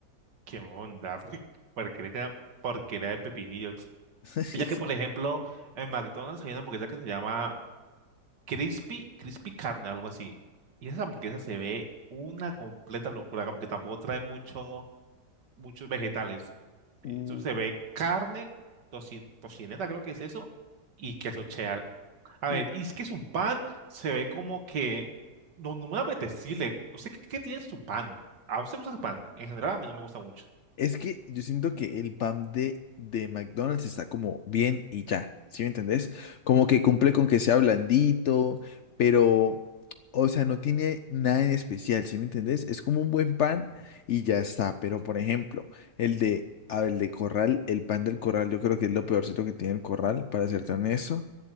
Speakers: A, on the right; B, on the left.
A: ¿Qué onda? <laughs> Porque le echan porquería de pepinillos.
B: <laughs>
A: Ya que, por ejemplo,
B: Sí.
A: en McDonald's hay una hamburguesa que se llama Crispy, Crispy Carne, algo así. Y esa hamburguesa se ve una completa locura, como que tampoco trae mucho, muchos vegetales. Eso
B: Uh,
A: se ve carne, toci- tocineta, creo que es eso, y queso cheddar. A
B: uh.
A: ver, y es que su pan se ve como que no, no me apetecible. No sé qué, qué tiene su pan. ¿A usted le gusta su pan? En general, a mí no me gusta mucho.
B: Es que yo siento que el pan de, de McDonald's está como bien y ya, ¿sí me entendés? Como que cumple con que sea blandito, pero, o sea, no tiene nada en especial, ¿sí me entendés? Es como un buen pan y ya está, pero por ejemplo, el de, a ver, el de Corral, el pan del Corral, yo creo que es lo peorcito que tiene el Corral, para serte honesto.